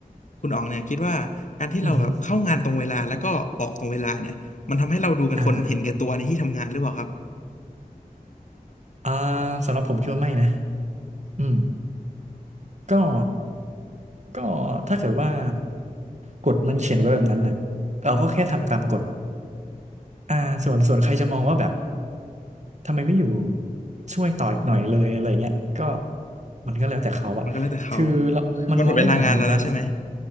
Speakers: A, on the left; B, on the right.
A: คุณอ๋องเนี่ยคิดว่าการที่เราแบบเข้างานตรงเวลาแล้วก็ออกตรงเวลาเนี่ยมันทำให้เราดูเป็นคนเห็นแก่ตัวในที่ทำงานหรือเปล่าครับ
B: อือฮึอ่าฮะอ่าสำหรับผมคิดว่าไม่นะอืมก็ก็ถ้าเกิดว่ากฎมันเขียนไว้แบบนั้นน่ะเราก็แค่ทำตามกฎ
A: อ๋อ
B: อ่าส่วนส่วนใครจะมองว่าแบบทำไมไม่อยู่ช่วยต่ออีกหน่อยเลยอะไรเงี้ยก็มันก็แล้วแต่เขาอะคือเรามันมองได้หลายมุมนะ
A: มันก็แล้วแต่เขา <laughs> มันหมดเวลางานเราแล้วใช่ไหม